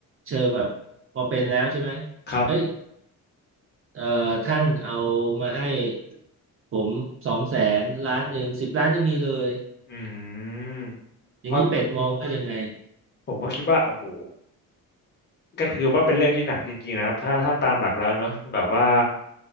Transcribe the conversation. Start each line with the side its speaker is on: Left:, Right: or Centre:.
Right: เชิงแบบพอเป็นแล้วใช่ไหม
Left: ครับ
Right: เฮ้ยเอ่อท่านเอามาให้ผมสองแสนล้านหนึ่งสิบล้านยังมีเลย
Left: อืม
Right: อย่างนี้เป็ดมองว่ายังไง
Left: เพราะผมก็คิดว่าโอ้โหก็คือว่าเป็นเรื่องที่หนักจริงๆนะครับถ้าถ้าตามหลักแล้วเนอะแบบว่า